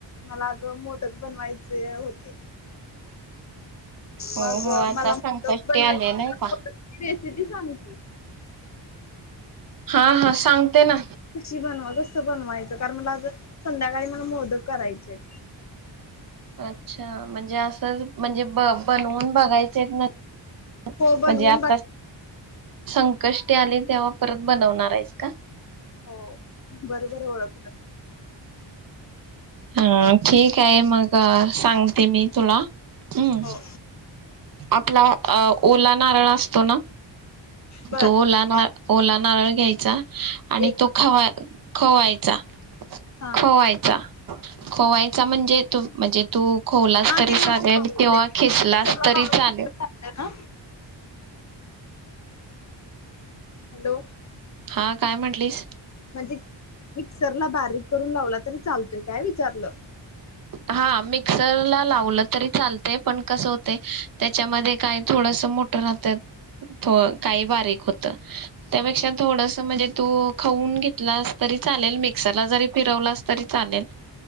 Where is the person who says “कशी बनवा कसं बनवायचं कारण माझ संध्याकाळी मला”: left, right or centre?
Left